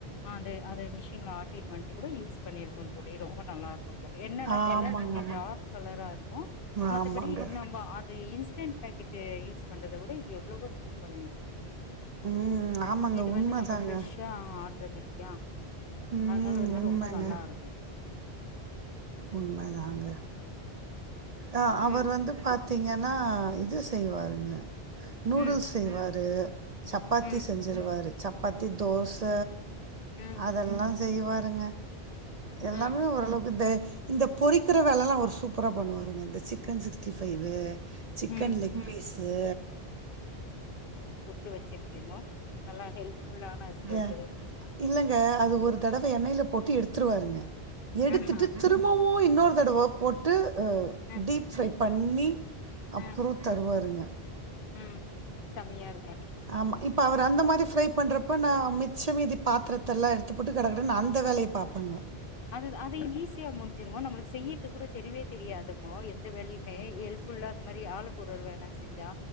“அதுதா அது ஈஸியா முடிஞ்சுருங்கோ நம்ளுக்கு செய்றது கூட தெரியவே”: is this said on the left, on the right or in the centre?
Left